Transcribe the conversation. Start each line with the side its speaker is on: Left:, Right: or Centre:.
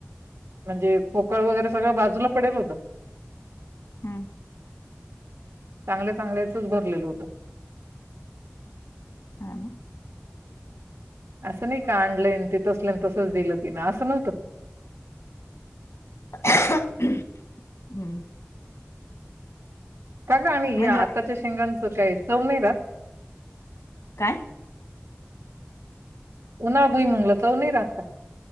Right: म्हणजे पोकळ वगैरे सगळं बाजूला पडेल होतं
Left: हम्म
Right: चांगल्या चांगल्याचच भरलेलं होतं
Left: हा ना
Right: असं नाही का आणलंन ते तसलन तसंच दिलं तिला असं नव्हतं
Left: <inaudible> हम्म
Right: का ग आणि
Left: म्हणजे
Right: या आत्ताच्या शेंगांचं काय चव नाही राहात?
Left: काय?
Right: उन्हाळ भुईमुंगला चव नाही राहत का?